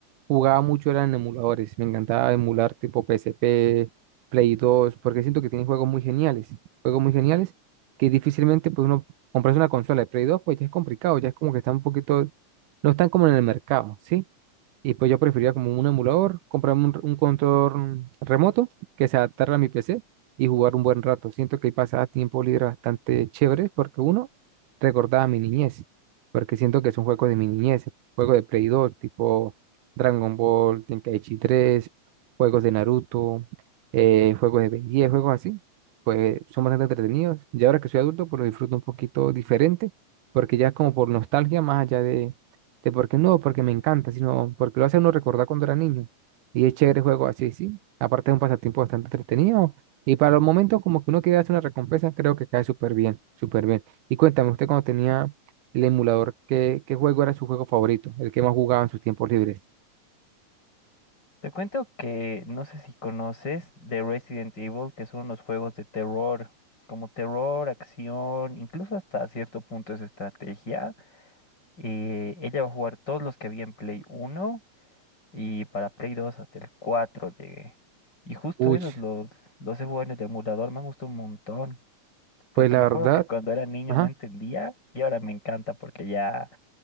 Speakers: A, on the right (about 90°); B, on the left (about 35°).
A: jugaba mucho, eran en emuladores. Me encantaba emular tipo PSP, Play 2, porque siento que tienen juegos muy geniales. Juegos muy geniales que difícilmente pues uno comprarse una consola de Play 2, pues ya es complicado, ya es como que está un poquito, no están como en el mercado, ¿sí? Y pues yo preferiría como un emulador, comprarme un, un control remoto que se adaptara a mi PC y jugar un buen rato. Siento que ahí pasaba tiempo libre bastante chévere porque uno recordaba mi niñez, porque siento que son juegos de mi niñez, juegos de Play 2, tipo Dragon Ball, Tenkaichi 3 juegos de Naruto, eh, juegos de Ben 10, juegos así. Pues son bastante entretenidos. Y ahora que soy adulto, pues lo disfruto un poquito diferente, porque ya es como por nostalgia más allá de de porque no, porque me encanta, sino porque lo hace a uno recordar cuando era niño. Y es chévere el juego así, sí. Aparte es un pasatiempo bastante entretenido. Y para los momentos como que uno quiere hacer una recompensa, creo que cae súper bien, súper bien. Y cuéntame, usted cuando tenía el emulador, ¿qué, qué juego era su juego favorito? El que más jugaba en sus tiempos libres.
B: Te cuento que no sé si conoces de Resident Evil, que son los juegos de terror, como terror, acción, incluso hasta cierto punto es estrategia. Eh, ella va a jugar todos los que había en Play Uno y para Play Dos hasta el 4 llegué. Y justo
A: Uy,
B: esos los, los he jugado en el emulador, me han gustado un montón. Porque
A: pues la
B: me
A: verdad,
B: acuerdo que cuando era niño
A: ajá.
B: no entendía y ahora me encanta porque ya